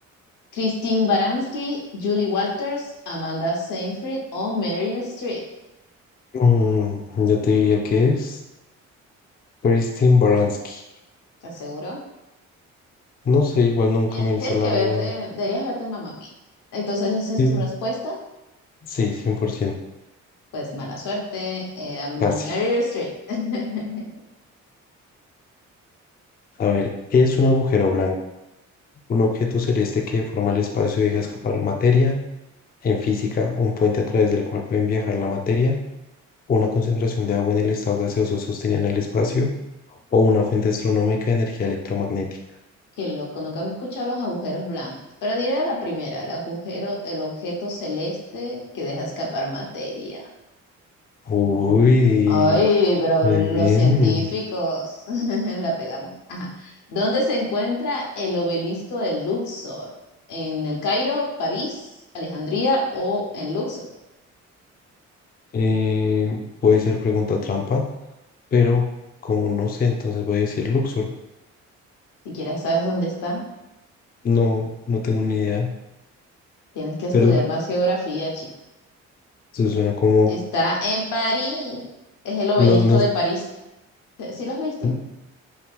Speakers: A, on the left; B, on the left.
A: ¿Christine Baranski, Julie Walters, Amanda Seyfried o Meryl Streep?
B: Mm, yo te diría que es Christine Baranski.
A: ¿Estás seguro?
B: No sé, igual nunca
A: Tien-
B: me hizo
A: Tienes
B: la,
A: que verte,
B: la...
A: deberías verte Mamma Mía. Entonces, esa es
B: Sí,
A: tu respuesta.
B: sí, 100%.
A: Pues mala suerte, era Meryl
B: Casi.
A: Streep. <laughs>
B: A ver, ¿qué es un agujero blanco? Un objeto celeste que forma el espacio y deja escapar materia. En física, un puente a través del cual pueden viajar la materia. Una concentración de agua en el estado gaseoso sostenida en el espacio O una fuente astronómica de energía electromagnética.
A: Qué loco, nunca había escuchado los agujeros blancos. Pero diré la primera, el agujero, el objeto celeste que deja escapar materia.
B: Uy,
A: Ay, pero
B: muy
A: los
B: bien.
A: científicos <laughs> la pegamos. Ajá. ¿Dónde se encuentra el obelisco de Luxor? ¿En el Cairo, París, Alejandría o en Luxor?
B: Eh, puede ser pregunta trampa, pero como no sé, entonces voy a decir Luxor.
A: Si quieres, sabes dónde está.
B: No, no tengo ni idea,
A: Tienes que estudiar
B: pero
A: más geografía, chico.
B: eso suena como...
A: Está en París. Es el obelisco
B: No, no,
A: de
B: es-
A: París. ¿Sí sí lo has visto?
B: n-